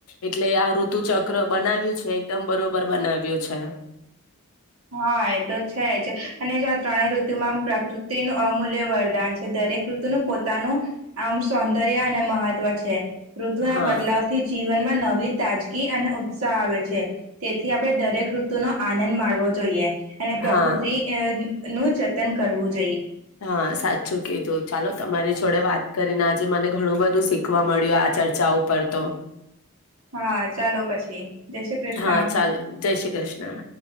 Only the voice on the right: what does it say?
હા. એ તો છે જ. અને જો આ ત્રણેય ઋતુમાં પ્રકૃતિનું અમૂલ્ય વરદાન છે. દરેક ઋતુનું પોતાનું આમ, સૌંદર્ય અને મહત્વ છે. ઋતુના
બદલાવથી જીવનમાં નવી તાજગી અને ઉત્સાહ આવે છે. તેથી આપણે દરેક ઋતુનો આનંદ માણવો જોઈએ. અને પ્રકૃતિ
અ નું જતન કરવું જોઈએ.
હા. ચાલો પછી. જય શ્રી કૃષ્ણ